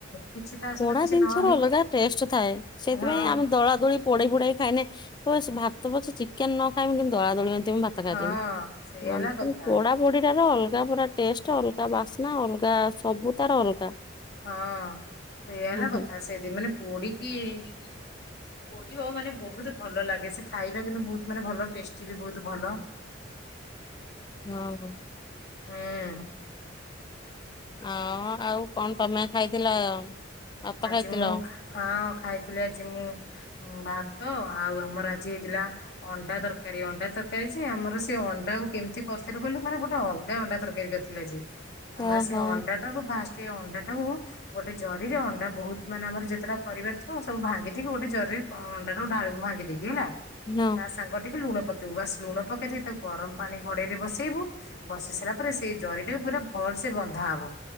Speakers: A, on the left (about 60°); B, on the left (about 25°).
A: କିଛି ତା ସହିତ
B: ପୋଡ଼ା
A: କିଛି
B: ଜିନିଷ
A: ନ
B: ର
A: ହେଇକି
B: ଅଲଗା ଟେଷ୍ଟ ଥାଏ ସେଥିପାଇଁ
A: ହଁ
B: ଆମେ ଦୋଳା ଦୋଳି ପୋଡେଇ ଫୋଡେଇ ଖାଇନ କି ଭାତ ପଛ ଚିକେନ ନ ଖାଇବି କିନ୍ତୁ ଦଳା ଦୋଳି ଏମିତି ମୁଁ ଭାତ ଖାଇଦେବି
A: ହଁ ସେଇଆ ହେଲା କଥା।
B: ପୋଡା ପୋଡିଟ ର ଅଲଗା ଅଲଗା ପୁରା ଟେଷ୍ଟ ଅଲଗା ବାସ୍ନା ଅଲଗା ସବୁ ତାର ଅଲଗା।
A: ହଁ ସେଇ ହେଲା
B: ହୁଁ ହୁଁ।
A: କଥା ସେଠି ମାନେ ପୋଡ କି ପୋଡି ହ ମାନେ ବହୁତ ଭଲ ଲାଗେ ସେ ଖାଇବା କିନ୍ତୁ ବହୁତ ମାନେ ଭଲ ଟେଷ୍ଟି ବି ବହୁତ ଭଲ।
B: ହଁ।
A: ହଁ।
B: ହଁ ଆଉ କଣ ତମେ ଖାଇଥିଲ। ଭାତ
A: ଆଜି
B: ଖାଇଥିଲ?
A: ମୁଁ ହଁ ଖାଇଥିଲି ଆଜି ମୁଁ ଭା ତ ଆଉ ଆମର ଆଜି ହେଇଥିଲା ଅଣ୍ଡା ତରକାରୀ। ଅଣ୍ଡା ତରକାରୀ ଯେ, ଆମର ସେ ଅଣ୍ଡାକୁ କେମତି କ କରିଥିଲୁ କହିଲୁ ମାନେ ଗୋଟେ ଅଲଗା ଅଣ୍ଡା ତରକାରୀ କରିଥିଲୁ ଆଜି। ଆମର
B: ଓହୋ
A: ସେ ଅଣ୍ଡାଟାକୁ ଫାଷ୍ଟ ଏ ଅଣ୍ଡାଟାକୁ ଗୋଟେ ଜରିରେ ଅ ଏଟା ବହୁତ ମାନେ ଆମର ଯେତେଟା ପରିବାର ଥାଉ, ସବୁ ଭାଙ୍ଗିଦେଇକି ଗୋଟେ ଜରିରେ ଅଣ୍ଡାଟାକୁ ଢ଼ାଳିବୁ ଭାଙ୍ଗି ଦେଇକି ହେଲା
B: ହଁ।
A: ତା ସାଙ୍ଗରେ ଟିକେ ଲୁଣ ପକେଇବୁ। ବାସ ଲୁଣ ପକେଇ ଦେଇ ତାକୁ ଗରମ ପାଣି କଡେଇରେ ବସେଇବୁ ବସେଇ ସାରିଲା ପରେ ସେଇ ଜରିଟାକୁ ପୁରା ଭଲସେ ବନ୍ଧା ହବ।